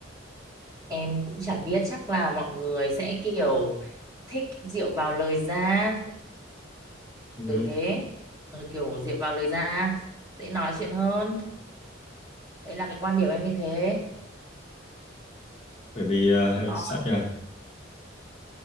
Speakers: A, on the right; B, on the left.
A: em cũng chả biết chắc là mọi người sẽ kiểu thích rượu vào lời ra
B: ừ,
A: kiểu thế Ừ, kiểu rượu vào lời ra dễ nói chuyện hơn đấy là cái quan điểm em như thế
B: bởi vì uh,
A: Ờ,